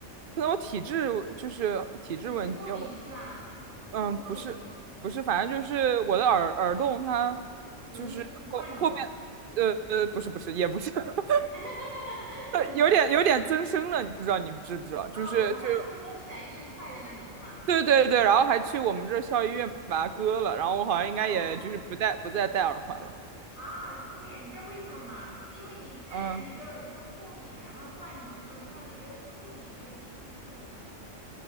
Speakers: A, on the right (about 55°); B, on the right (about 30°).
A: 可能我体质就是体质问题，
B: 你是过敏是吧？
A: 我嗯不是不是，
B: 是不是过敏？
A: 反正就是我的耳耳洞它
B: 容易灌脓？
A: 就是后后面呃呃不是不是也不是。<laughs>
B: <laughs>
A: 有点有点增生了，你不知道你知不知道？就是就
B: 哦，我知道，就是摸起来硬块的那种是吧？
A: 对对对，然后还去我们这儿校医院把它割了，然后我好像应该也就是不戴不再戴耳环了。
B: 哦啊，真的呀？你知道为什么吗？是因为你在你的耳朵过敏，
A: 嗯，
B: 然后灌脓了之后，你没有处理，没有及时处理的。